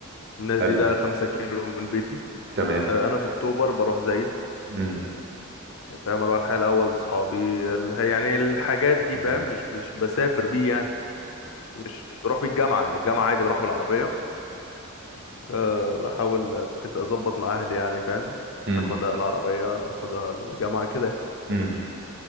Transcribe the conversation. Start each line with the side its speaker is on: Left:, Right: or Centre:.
Left: النادي
Right: حلو
Left: ده خمسة كيلو من بيتي
Right: تمام
Left: آه، انا في اكتوبر بروح زايد
Right: امم
Left: فاهم اروح الحي الاول لاصحابي ال- يعني الحاجات دي
Right: امم
Left: فاهم مش مش بسافر بيه يعني مش مش بروح بالجامعة يعني الجامعة عادي بروح بالعربية أه بحاول اتفق اظبط مع اهلي يعني فاهم ناخدها
Right: امم
Left: العربية اخدها الجامعة كده يعني.
Right: امم